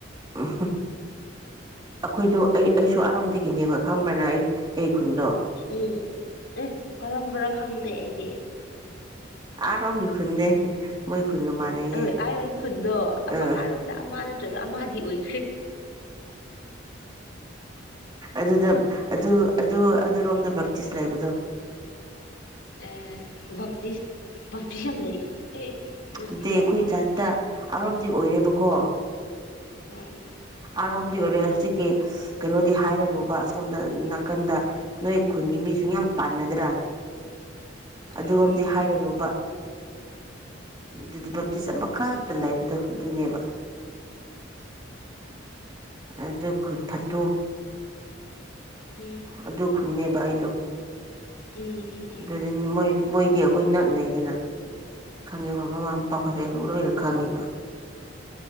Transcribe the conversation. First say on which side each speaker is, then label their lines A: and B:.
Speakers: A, on the right; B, on the left.
A: ꯎꯝ ꯑꯩꯈꯣꯏꯗꯣ ꯑꯩ ꯑꯩꯁꯨ ꯑꯔꯣꯝꯗꯒꯤꯅꯦꯕ ꯈꯪꯕ꯭ꯔꯅ ꯑꯩ ꯑꯩ ꯈꯨꯟꯗ
B: ꯎꯝ ꯑꯦ ꯀꯔꯝꯝꯕꯔ ꯈꯪꯗꯦ ꯑꯩꯗꯤ
A: ꯑꯣ ꯍꯈꯟꯅꯦꯦ ꯃꯣꯏ ꯈꯨꯟꯒ ꯃꯥꯟꯅꯩꯌꯦ
B: ꯍꯣꯏ ꯑꯥꯔꯣꯝ ꯈꯨꯟꯗꯣ
A: ꯑꯥ
B: ꯃꯈꯥꯏꯔꯣꯝꯗ ꯑꯃ ꯅꯠꯇ꯭ꯔꯒ ꯑꯃꯗꯤ ꯑꯣꯏ
A: ꯑꯗꯨꯗ ꯑꯗꯨ ꯑꯗꯨ ꯑꯗꯨꯔꯣꯝꯗ ꯕꯦꯞꯇꯤꯁ ꯂꯩꯕꯗꯣ
B: ꯑꯦ ꯚꯇꯤꯁ ꯚꯞꯇꯤꯁ ꯌꯥꯝ ꯂꯩ ꯑꯦ ꯕꯞꯇꯤꯁ
A: ꯗꯗꯤ ꯑꯩꯈꯣꯏ
B: ꯌꯥꯝ ꯂꯩꯕ
A: ꯖꯥꯠꯇ ꯑꯔꯣꯝꯗꯤ ꯑꯣꯏꯔꯦꯕꯀꯣ
B: ꯑꯥ
A: ꯑꯔꯝꯗꯤꯔ ꯍꯧꯖꯤ ꯀ ꯀꯩꯅꯣꯗꯤ ꯍꯥꯏꯔꯅꯨꯕ ꯑꯁꯣꯝꯗ ꯅꯥꯀꯟꯗ ꯅꯣꯏ ꯈꯨꯟꯒꯤ ꯃꯤꯁꯨ ꯌꯥꯝ ꯄꯥꯟꯅꯗ꯭ꯔꯥ ꯑꯗꯨꯔꯣꯝꯗꯤ
B: ꯑꯥ
A: ꯍꯥꯏꯔꯅꯨꯕ ꯑꯗꯨ ꯕꯦꯞꯇꯤꯁ ꯑꯃꯛꯇ
B: ꯎꯝ
A: ꯂꯩꯕꯗꯣ ꯑꯗꯨꯅꯦꯕ ꯑꯗꯨ ꯈꯨꯠ ꯐꯠꯇꯨ
B: ꯎꯝ
A: ꯑꯗꯨ ꯈꯨꯟꯅꯕ ꯑꯩꯗꯣ
B: ꯎꯝ ꯎꯝ ꯎꯝ ꯎꯝ ꯎꯝ ꯎꯝ ꯎꯝ
A: ꯑꯗꯨꯣꯏ ꯃꯣꯏꯗꯤ ꯑꯩꯈꯣꯏ ꯅꯛꯅꯩꯗꯅ ꯈꯪꯉꯦꯕ ꯃꯃꯥ ꯃꯄꯥꯥꯎꯈꯠꯁꯦ ꯑꯩ ꯂꯣꯏꯅ ꯈꯪꯉꯦꯕ